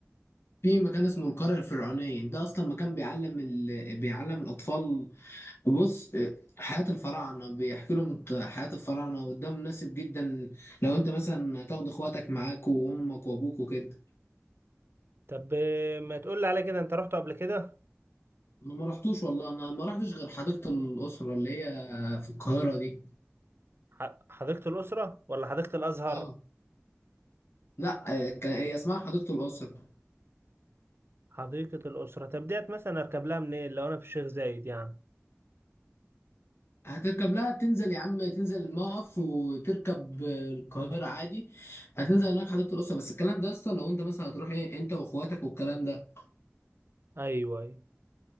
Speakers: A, on the left (about 60°); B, on the right (about 55°).
A: في مكان اسمه القرية الفرعونية ده أصلا مكان بيعلم ال... بيعلم الأطفال بص حياة الفراعنة بيحكي لهم حياة الفراعنة وده مناسب جدا لو انت مثلا تاخد اخواتك معاك وامك وابوك وكده
B: طب ما تقول لي على كده انت رحت قبل كده
A: انا ما رحتوش والله انا ما رحتش غير حديقة الأسرة اللي هي في القاهرة دي
B: ح- حديقه الاسره ولا حديقه الازهر
A: اه لا كان- هي اسمها حديقة الأسرة
B: حديقة الأسرة طب ديت مثلا أركب لها منين لو أنا في الشيخ زايد يعني
A: هتركب لها تنزل يا عم تنزل الموقف وتركب القاهرة عادي هتنزل هناك حديقة الأسرة بس الكلام ده اصلا لو انت مثلا هتروح ايه انت واخواتك والكلام ده
B: أيوه أيوه